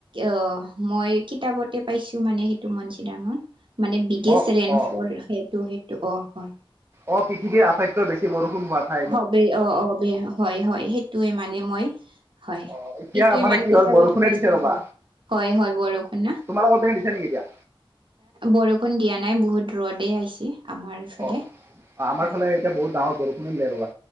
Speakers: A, on the right; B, on the right.
A: আহ মই কিতাপতে পাইছো মানে সেইটো মঞ্চিৰামত। মানে বিগেষ্ট
B: অ
A: ৰেইন
B: অ
A: ফল সেইটো সেইটো অ', হয়।
B: অ', পৃথিৱীৰ আটাইতৈ বেচি বৰষুণ হোৱা থাই।
A: হব অ', অ', হয় হয় সেইটোয়ে মানে মই হয়,
B: অ এতিয়া
A: সেইটোৱে মানে
B: কি
A: কিতাবতে
B: হ'ল বৰষুণে
A: পাইছো,
B: দিছে ৰবা
A: হয় হয় হয় বৰষুণ ন।
B: তোমালোকৰ পিনে দিছে নেকি এতিয়া
A: বৰষুণ দিয়া নাই বহুত ৰ'দেই আহিছে। আমাৰ ইফালে
B: অ', অ', আমাৰ
A: হয়
B: ফালে এতিয়া বহুত ডাঙৰ বৰষুণিনে দিলে ৰবা